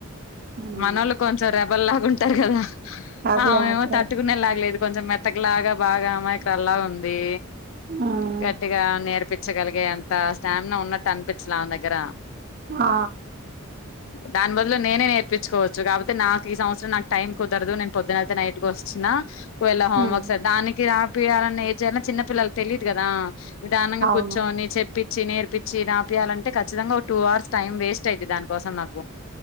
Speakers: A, on the right (about 45°); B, on the left (about 70°).
A: ఉమ్.
B: మనలు కొంచెం ర బ్బలాగాంటారు కదా
A: అదే
B: అవుేమో
A: అదే
B: తట్టుకునేలాగలేదు కొంచెం మెత్తకులాగా బాగా అమాయకురాలు లాగా ఉంది
A: ఉమ్.
B: కటిగా నేర్పి నచ్చగలిగే అంత స్టామిన ఉన్నట్టు అనిపించాల ఆమె దగ్గర
A: ఆ
B: దాని బదులు నేనే నేర్పించుకోవచ్చు కాకపోతే నాకు ఈ సంవత్సరం నాకు టైం కుదరదు నేను పొద్దునపోతి నైట్ కు వచ్చిన వీళ్ళ హోంవర్క్స్
A: ఉమ్.
B: దానికి రా పియాలని ఏ చేయాలన చిన్న పిల్లలు తెలిదు కదా నిదానంగా
A: అవును
B: కూర్చోని చెప్పి చేప్పించి నేర్పించి రాపియాలంటే ఖచ్చితంగా ఒక టూ అవర్స్ టైం వేస్ట్ అయింది దాని కోసం నాకు